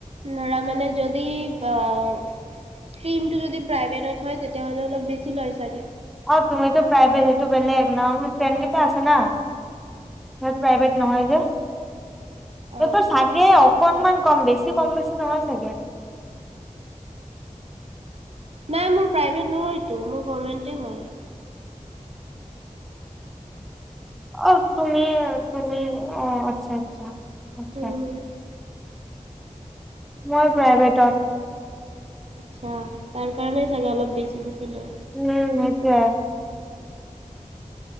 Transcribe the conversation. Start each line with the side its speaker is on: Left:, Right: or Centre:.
Right: ধৰা মানে যদিষ্ট বা ইচটিমটো প্ৰাইভেট তেতিয়া হলে অল বেছি লাগে।
Centre: অ তুমো প্ৰাইভেট সেইটো বেলেগ ন ফ্ৰেণ্ কেইটা আছে না ই প্ৰাইভেট নহয় যে <inaudible>
Right: অ'
Centre: ততোৰ চাগে অকনমান কম বেছি কম বেছি নহয় চাগে <inaudible>
Right: নাই মোৰ প্ৰাইভেট নহয়তটো মোৰ গমেন্ট হয় <inaudible>
Centre: অ তুমি তুমি অ আচ্ছা আচ্ছা। আচ্ছা।
Right: উম।
Centre: মই প্ৰাইভেটত
Right: আচ্ছা তাৰ কাৰণে চাগে অলপ বেছি দিছিলো।
Centre: উম সেইতোয়ে।